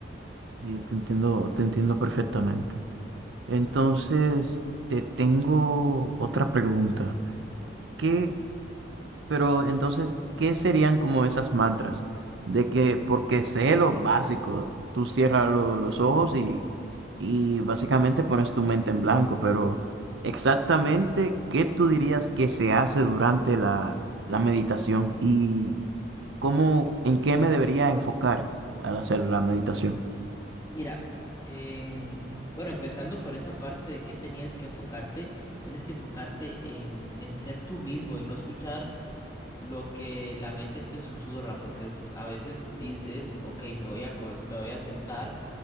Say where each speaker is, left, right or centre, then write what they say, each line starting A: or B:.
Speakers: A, on the right; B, on the left.
A: Sí, te entiendo, te entiendo perfectamente. Entonces, te tengo otra pregunta. ¿Qué Pero entonces, ¿qué serían como esas mantras? De que, porque sé lo básico, tú cierras lo- los ojos y, y básicamente pones tu mente en blanco, pero exactamente, ¿qué tú dirías que se hace durante la, la meditación y cómo, en qué me debería enfocar al hacer la meditación?
B: Mira, en, bueno, empezando por esa parte de que tenías que enfocarte, tienes que enfocarte en, en ser tú mismo, en no escuchar lo que la mente te susurra, porque es- a veces dices, ok, me voy a, co- me voy a sentar.